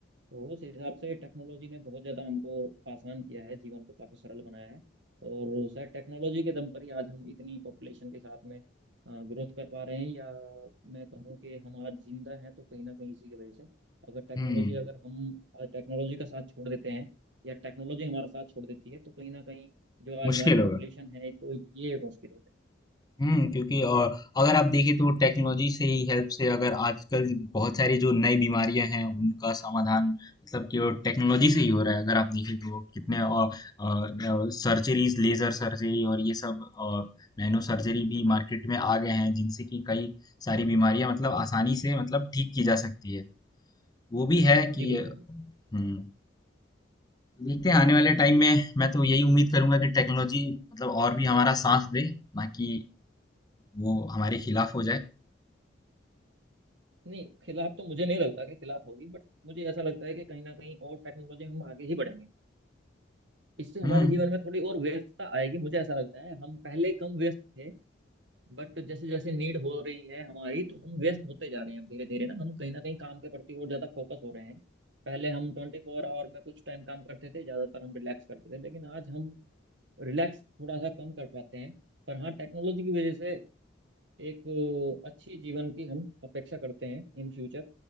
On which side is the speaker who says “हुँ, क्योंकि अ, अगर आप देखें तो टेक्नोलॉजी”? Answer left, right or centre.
Left